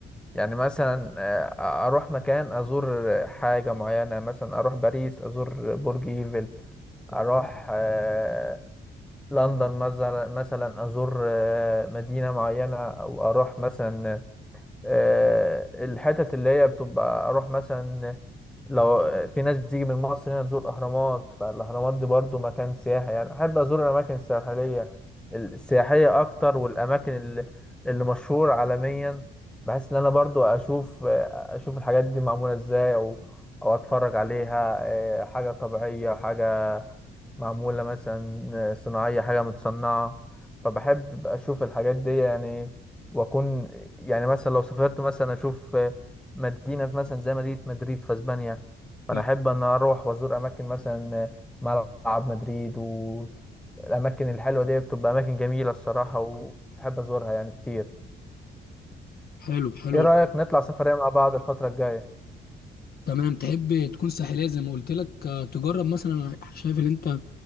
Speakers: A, in the centre; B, on the left.
A: يعني مثلا آه، اروح مكان ازور حاجه معينه مثلا اروح باريس ازور برج ايفل اروح آه، لندن مثلا مثلا ازور آه، مدينه معينه او اروح مثلا آه، الحتت اللي هي بتبقى اروح مثلا لو في ناس بتيجي من مصر هنا تزور الاهرامات فالاهرامات دي برضو مكان سياحي يعني احب ازور الاماكن الساحليه السياحيه اكتر والاماكن اللي, اللي مشهور عالميا بحيث ان انا برضو اشوف اشوف الحاجات دي معموله ازاي او او اتفرج عليها آه، حاجه طبيعيه حاجه معموله مثلا صناعيه حاجه متصنعه فبحب اشوف الحاجات دي يعني واكون يعني مثلا لو سافرت مثلا اشوف مدينة مثلا زي مدينة مدريد في اسبانيا فانا
B: ف-
A: احب ان اروح وازور اماكن مثلا ملعب مدريد والاماكن الحلوة دي بتبقى اماكن جميلة الصراحة واحب ازورها يعني كتير
B: حلو حلو
A: ايه رأيك نطلع سفرية مع بعض الفترة الجاية
B: تمام تحب تكون ساحلية زي ما قلت لك آه، تجرب مثلا أنا شايف ان انت